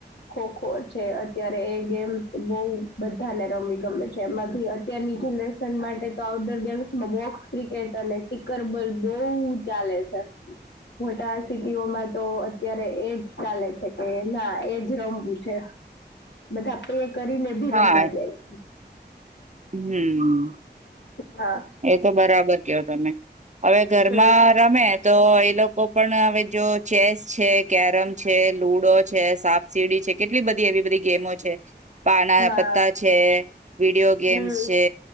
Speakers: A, on the left (about 80°); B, on the right (about 40°).
A: ખોખો છે અત્યારે એ ગેમ બઉ બધાને રમવી ગમે છે એમાં ભી અત્યારની જનરેશન માટે તો આઉટડોર ગેમ્સમાં બોક્સ ક્રિકેટ અને ટીકરબોલ બહ ચાલે છે મોટા સિટીઓમાં તો અત્યારે એજ ચાલે છે કે ના એજ રમવું છે બધા તોએ કરીને ભી
B: હા
A: રમવા જાય.
B: હમ
A: હા
B: એ તો બરાબર કેવ તમે હવે ઘરમાં
A: હમ
B: રમે તો એ લોકો પણ હવે જો ચેસ છે કેરમ છે લુડો છે સાપ સીડી છે કેટલી બધી એવી બધી ગેમો છે. પાના
A: હા
B: પત્તા છે વિડીયો ગેમ્સ
A: હમ
B: છે.